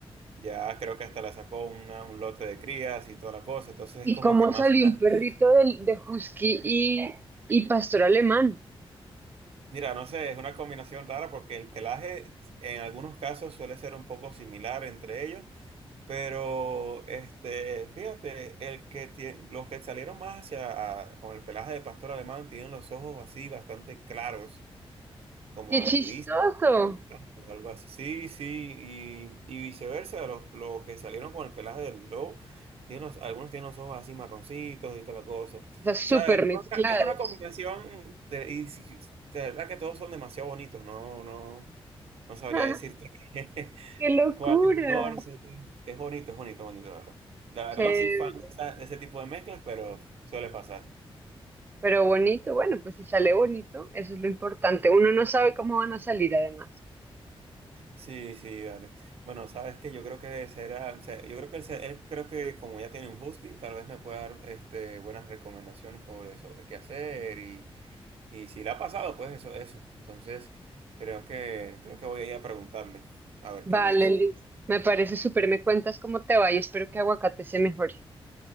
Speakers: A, on the right; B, on the right.
A: ya creo que hasta le sacó una- un lote de crías y toda la cosa, entonces
B: ¿Y
A: es como
B: cómo
A: que más.
B: salió
A: <laughs>
B: un perrito de, de Husky y, y pastor alemán?
A: Mira, no sé, es una combinación rara porque el pelaje en algunos casos suele ser un poco similar entre ellos, pero este, fíjate, el que tie- los que salieron más hacia con el pelaje de pastor alemán tienen los ojos así bastante claros como
B: ¡Qué chistoso!
A: grises blancos o algo así. Sí, sí, y, y viceversa, los, los que salieron con el pelaje del lobo, tienen los- algunos tienen los ojos así marroncitos y toda la cosa. O
B: O sea, súper
A: sea, es
B: mezclados.
A: una, es una combinación de, y si- de verdad que todos son demasiado bonitos, no, no, no sabría
B: <laughs>
A: decirte <laughs>
B: ¡Qué locura!
A: cuál es mejor. sí, sí. Es bonito, es bonito, bonito, la verdad. La verdad
B: Chévere.
A: no soy fan de esa- de ese tipo de mezclas, pero suele pasar.
B: Pero bonito, bueno, pues si sale bonito, eso es lo importante. Uno no sabe cómo van a salir además.
A: Sí, sí, vale. Bueno, sabes que yo creo que será, o sea, yo creo que él, se- él creo que como ya tiene un husky, tal vez me pueda dar este, buenas recomendaciones sobre, sobre qué hacer y, y si le ha pasado, pues eso, eso. Entonces, creo que, creo que voy a ir a preguntarle, a ver
B: Vale,
A: qué me dice.
B: listo. Me parece súper, me cuentas cómo te va y espero que aguacate se mejore.